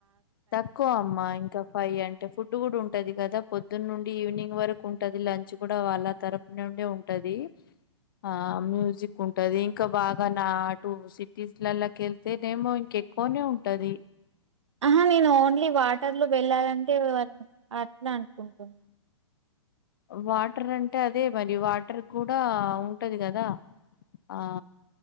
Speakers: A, on the left; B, on the right.
A: తక్కువ అమ్మా ఇంకా ఫై అంటే ఫుడ్ కూడా ఉంటు ఉంటది కదా పొద్దున్న నుండి ఈవినింగ్ వరకు ఉంటది లంచ్ కూడా వాళ్ళ తరపు నుండి ఉంటది ఆ మ్యూజిక్ ఉంటది ఇంకా బాగా నా అటు సిటీస్లలాకెళ్తేనేేమో ఇంక ఎక్కువనే ఉంటది
B: ఆహా నేను ఓన్లీ వాటర్ లో వెళ్ళాలంటే అట్లా అనుకుంటున్నా
A: వాటర్ అంటే అదే మరి వాటర్ కూడా ఉంటది కదా ఆ.